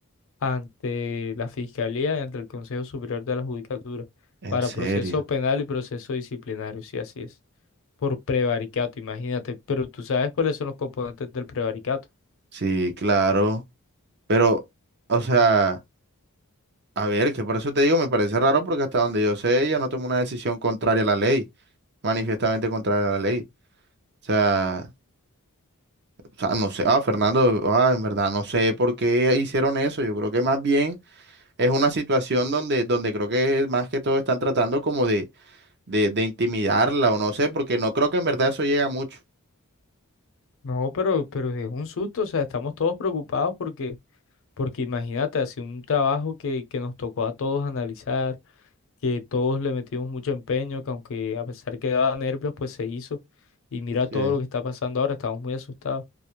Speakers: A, on the left; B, on the right.
A: ante la Fiscalía y ante el Consejo Superior de la Judicatura
B: en
A: para
B: serio,
A: proceso penal y proceso disciplinario, si así es, por prevaricato, imagínate. Pero tú sabes cuáles son los componentes del prevaricato.
B: sí, claro, pero, o sea, a ver, que por eso te digo, me parece raro porque hasta donde yo sé, ella no tomó una decisión contraria a la ley, manifiestamente contraria a la ley. O sea, o sea, no sé, ah, Fernando, ah, en verdad, no sé por qué hicieron eso. Yo creo que más bien es una situación donde, donde creo que más que todo están tratando como de, de, de intimidarla o no sé, porque no creo que en verdad eso llega mucho.
A: No, pero, pero es un susto, o sea, estamos todos preocupados porque Porque imagínate, hace un trabajo que, que nos tocó a todos analizar, que todos le metimos mucho empeño, que aunque a pesar que daba nervios, pues se hizo. Y mira todo
B: Sí.
A: lo que está pasando ahora, estamos muy asustados.